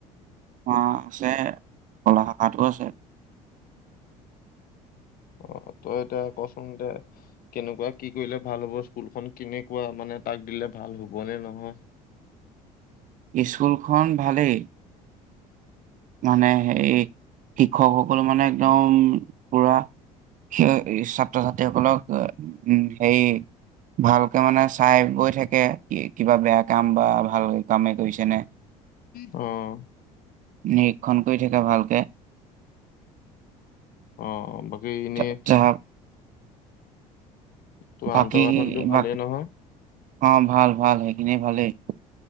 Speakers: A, on the right; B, on the left.
A: অ আছে কলা শাখাতো আছে।
B: অ তই এতিয়া কচোন দে কেনেকুৱা কি কৰিলে ভাল হ'ব স্কুলখন কেনেকুৱা মানে তাক দিলে ভাল হ'বনে নহয়?
A: স্কুলখন ভালেই। মানে হে শিক্ষকসকল মানে একদম পুৰা হে ছাত্ৰ- ছাত্ৰীসকলক উম, হে ভালকে মানে চাই বৈ থাকে কিবা বেয়া কাম বা ভাল কামেই কৰিছে নে
B: উম,
A: নিৰীক্ষণ কৰি থাকে ভালকে।
B: উম, এই এনে
A: তা- তা-
B: ত'
A: বাকী
B: আন্তঃগাঁথনি টো ভালেই
A: বাকী
B: নহয়?
A: অ, ভাল-ভাল সেইখিনি ভালেই।